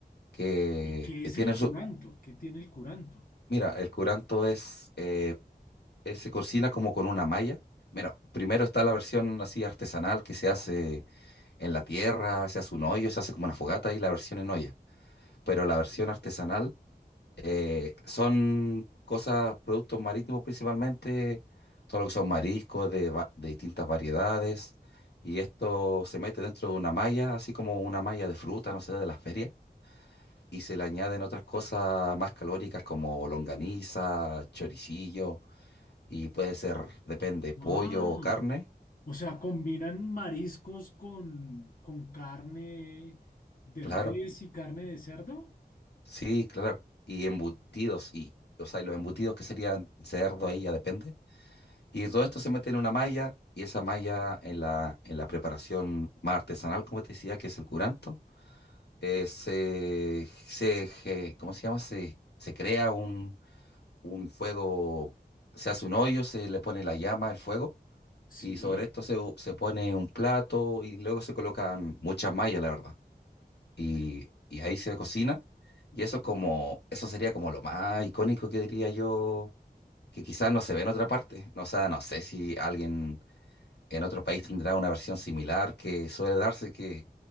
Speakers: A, on the left; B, on the left.
A: que
B: ¿Y qué es
A: tiene
B: el curanto?
A: su...
B: ¿Qué tiene el curanto?
A: Mira, el curanto es eh, eh, se cocina como con una malla. Mira, primero está la versión así artesanal que se hace en la tierra, se hace un hoyo, se hace como una fogata y la versión en olla. Pero la versión
B: Ok.
A: artesanal eh, son cosas, productos marítimos principalmente, todo lo que son mariscos de, va- de distintas variedades. Y esto se mete dentro de una malla, así como una malla de fruta, no sé, de las ferias. Y se le añaden otras cosas más calóricas como longaniza, choricillo y puede ser, depende,
B: ¡Wow!
A: pollo o carne,
B: O sea, combinan mariscos con, con carne de
A: claro,
B: res y carne de cerdo.
A: sí, claro, y embutidos, y, o sea, y los embutidos que serían cerdo, ahí ya depende. Y todo esto se mete en una malla, y esa malla en la, en la preparación más artesanal, como te decía, que es el curanto, eh, se, se, ge- ¿cómo se llama? Se, se crea un, un fuego, se hace un hoyo, se le pone la llama, el fuego,
B: Sí.
A: y sobre esto se, u- se pone un plato, y luego se colocan muchas mallas, la verdad y, y ahí se cocina. Y eso es como, eso sería como lo más icónico que diría yo, que quizás no se ve en otra parte. O sea, no sé si alguien en otro país tendrá una versión similar que suele darse, que